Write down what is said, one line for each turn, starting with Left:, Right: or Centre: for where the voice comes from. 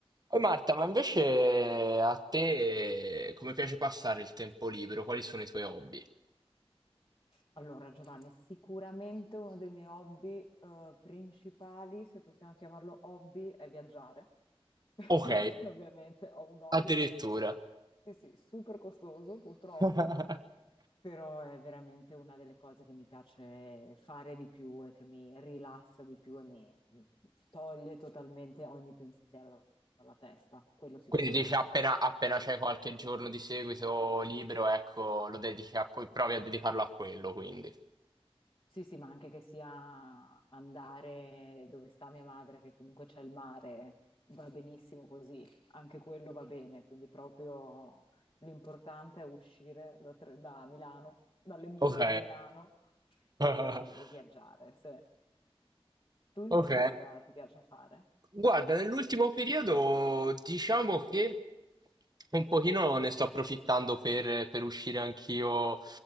Right: Poi Marta, ma invece a te come piace passare il tempo libero? Quali sono i tuoi hobby?
Left: Allora, Giovanni, sicuramente uno dei miei hobby, eh, principali, se possiamo chiamarlo hobby, è viaggiare, <laughs> perché
Right: Ok,
Left: ovviamente ho un hobby,
Right: addirittura.
Left: sì, sì, super costoso purtroppo,
Right: <laughs>
Left: però è veramente una delle cose che mi piace fare di più e che mi rilassa di più e mi mi toglie totalmente ogni pensiero dalla testa, quello sicuramente.
Right: Quindi dici appena, appena c'è qualche giorno di seguito libero, ecco, lo dedichi a, que- provi a dedicarlo a quello, quindi.
Left: Sì, sì, ma anche che sia andare dove sta mia madre, che comunque c'è il mare, va benissimo così, anche quello va bene, quindi proprio l'importante è uscire da, Tre- da Milano, dalle mura
Right: Ok.
Left: di Milano e,
Right: <laughs>
Left: e viaggiare. Se- Tu invece
Right: Ok.
Left: cosa ti piace fare?
Right: Guarda, nell'ultimo periodo diciamo che un pochino ne sto approfittando per, per uscire anch'io